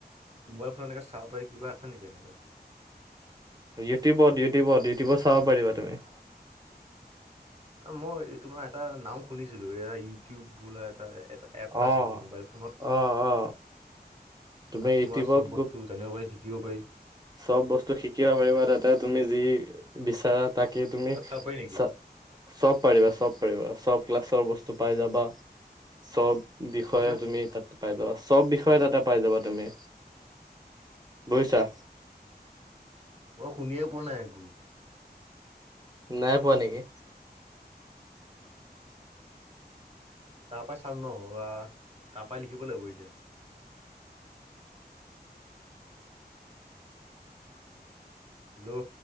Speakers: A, on the right; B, on the right.
A: অ' আই ফ'ৰ এনেকে চাব পাৰি কিবা আছে নেকি এনেকুৱা
B: ইউটিউবত-ইউটিউবত-ইউটিউবত চাব পাৰিবা তুমি।
A: মই তোমাৰ এটা নাম শুনিছিলো এ ইউটিউব বোলা এটা, এটা এপ এটা
B: অ
A: আছে মানে মোবাইল ফোনত,
B: অ অ তুমি
A: তাত
B: ইউটিউবত
A: তোমাৰ চব বস্তু
B: গৈ
A: জানিব। শিকিব পাৰি।
B: চব বস্তু শিকিব পাৰিবা তাতে তুমি যি বিচাৰা। তাকে তুমি
A: তাত চাব পাৰি নেকি
B: চ চব পাৰিবা চব পাৰিবা চব ক্লাছ, চব বস্তু পাই যাবা চব বিষয়েও
A: কি কৈছা?
B: তুমি তাতে পাই যাবা। চব বিষয়ে তাতে পাই যাবা তুমি, বুজিছা।
A: মই শুনিয়ে পোৱা নাই একো।
B: নাই পোৱা নেকি?
A: তাৰ পৰা চাম ন বা তাৰ পৰা লিখিব লাগিব এতিয়া। হেল্ল',